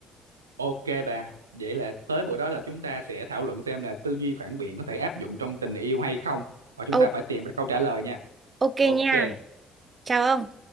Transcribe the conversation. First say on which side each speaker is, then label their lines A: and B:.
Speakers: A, on the right; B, on the right.
A: ok bà vậy là tới bữa đó là chúng ta sẽ thảo luận xem là tư duy phản biện có thể áp dụng trong tình yêu hay không và chúng
B: ok
A: ta phải tìm ra câu trả lời nha
B: ok
A: ok
B: nha chào ông